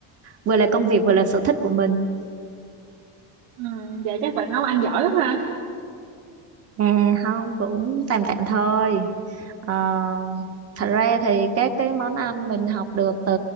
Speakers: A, on the right (about 30°); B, on the right (about 75°).
A: vừa là công việc vừa là sở thích của mình
B: ừ, vậy chắc bạn nấu ăn giỏi lắm ha
A: à, không cũng tạm tạm thôi Ờ, thật ra thì các cái món ăn mình học được từ